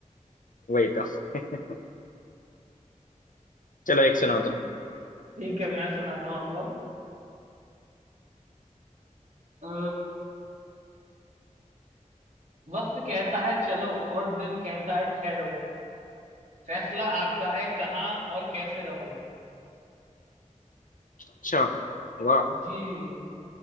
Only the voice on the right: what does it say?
ठीक
ठीक है मैं सुनाता हूँ आपको अ, वक्त कहता है चलो और दिल कहता है ठहरो फैसला आपका है कहाँ और कैसे रहो
जी